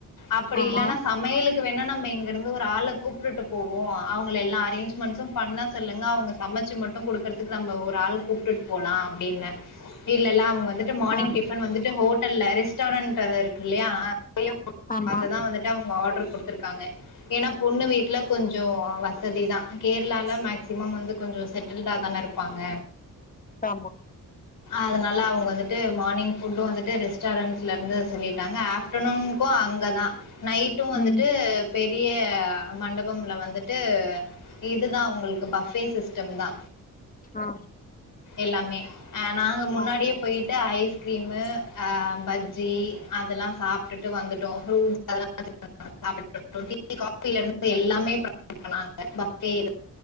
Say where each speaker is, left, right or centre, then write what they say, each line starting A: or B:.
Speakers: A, on the left; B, on the left.
A: அப்படி
B: ஆமா
A: இல்லன்னா சமையலுக்கு வேண்ணா நம்ம இங்க இருந்து ஒரு ஆள கூப் ட்டுட்டு போவோ அவங்கள எல்லா அரேஞ்ச்மெண்ட்ஸு பண்ண சொல்லுங்க அவங்க சமைச்சு மட்டு குடுக்கறதுக்கு நம்ம ஒரு ஆள் கூப்டுட் போலா அப் டின்னு மெட்டீரியலல்லா அவங்க வந்துட்டு மார்னிங்
B: ஆ
A: டிஃபன் வந்துட்டு ஹோ ஹோட்டல்ல ரெஸ்டாரண்ட் இருக்கு இல்லையா ஆ இப்பயே
B: ஆமா
A: பாத்துதா வந்துட்டு அவுங்க ஆர்டரு குடுத்துங்கா இருக்காங்க ஏன்னா பொண்ணு வீட்ல கொஞ்சோ வசதி தா கேரளால மேக்சிமம் வந்து கொஞ்சோ செட் இருந்தாதானே இருப்பாங்க
B: ஆமா
A: அதனால அவுங்க வந்துட்டு மார்னிங் ஃபுட்டும் வந்துட்டு ரெஸ்டாரண்ட்ல இருந்து சொல்லிட்டாங்க ஆஃப்டர்நூனுக்கு அங்கதா நைட்டும் வந்துட்டு
B: ம்
A: பே பெரிய மண்டபம்ல வந்துட்டு இதுதா உங்களுக்கு பவ்ஃபே ம் தா
B: ஆ
A: எல்லாமே ஆ நாங்க முன்னாடியே
B: ஆ
A: போயிட்டு ஐஸ்கிரீமு ஆ பஜ்ஜி அதெல்லா சாப்டுட்டு வந்துட்டோ <unintelligible> காபி இருந்து எல்லாமே பிரிக்கலா <unintelligible> <unintelligible>